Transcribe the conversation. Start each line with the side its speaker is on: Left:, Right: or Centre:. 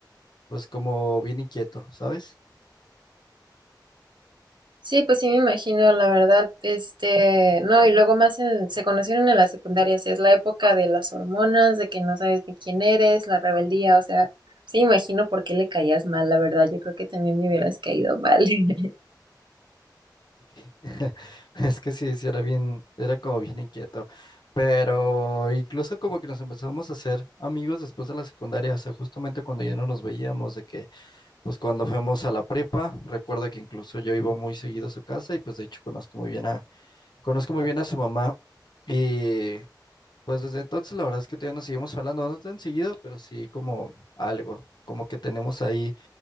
Left: pues como bien inquieto, ¿sabes?
Right: Sí, pues sí me imagino, la verdad, este, no, y luego más en- se conocieron en la secundaria, sí, es la época de las hormonas, de que no sabes ni quién eres, la rebeldía, o sea, sí me imagino por qué le caías mal, la verdad, yo creo que también me hubieras caído mal. <laughs>
Left: <laughs> Es que sí, sí, era bien, era como bien inquieto. Pero incluso como que nos empezamos a hacer amigos después de la secundaria, o sea, justamente cuando ya no nos veíamos, de que Pues cuando fuimos a la prepa, recuerdo que incluso yo iba muy seguido a su casa y pues de hecho conozco muy bien a, conozco muy bien a su mamá y pues desde entonces la verdad es que todavía nos seguimos hablando, no tan seguido, pero sí como algo, como que tenemos ahí